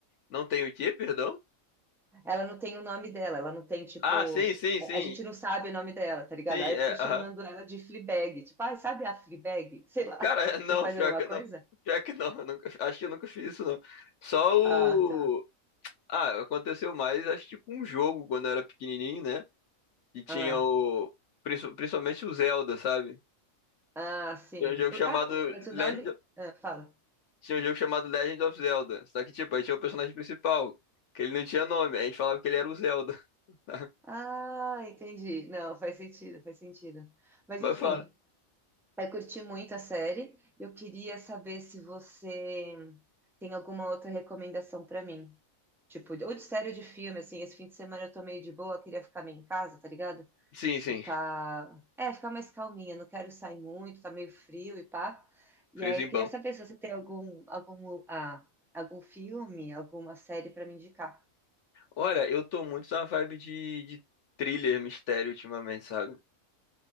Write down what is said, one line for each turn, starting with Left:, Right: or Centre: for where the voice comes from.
Left: Não tem o quê, perdão?
Centre: Ela não tem o nome dela, ela não tem, tipo.
Left: Ah, sim, sim, sim.
Centre: A a gente não sabe o nome dela, tá ligado?
Left: Sim,
Centre: Aí
Left: é,
Centre: eu fico chamando
Left: aham.
Centre: ela de Fleabag. Tipo, ai, sabe a Fleabag? <laughs> Sei lá.
Left: Cara, <laughs> não,
Centre: Você faz
Left: pior
Centre: a mesma
Left: que
Centre: coisa?
Left: não. Pior que não, eu nunca, acho que eu nunca fiz isso não. Só o
Centre: Ah, tá.
Left: Ah, aconteceu mais acho que com um jogo quando eu era pequenininho, né? E tinha
Centre: Ah,
Left: o princi- principalmente o Zelda, sabe?
Centre: ah, sim.
Left: Tem um jogo
Centre: O-
Left: chamado
Centre: Ah, o- mas o
Left: Legend
Centre: nome. Ah, fala.
Left: Tinha um jogo chamado Legend of Zelda. Só que, tipo, aí tinha o personagem principal, que ele não tinha nome. A gente falava que ele era o Zelda. <laughs> tá?
Centre: Ah, entendi. Não, faz sentido, faz sentido. Mas
Left: Mas
Centre: enfim.
Left: fala.
Centre: Eu curti muito a série. Eu queria saber se você tem alguma outra recomendação pra mim. Tipo, ou de série ou de filme, assim, esse fim de semana eu tô meio de boa, queria ficar meio em casa, tá ligado?
Left: Sim, sim.
Centre: Ficar, é, ficar mais calminha, não quero sair muito, tá meio frio e pá. E
Left: Friso
Centre: aí, eu queria
Left: bom.
Centre: saber se você tem algum, algum, ah, algum filme, alguma série pra me indicar.
Left: Olha, eu tô muito na vibe de, de thriller, mistério ultimamente, sabe?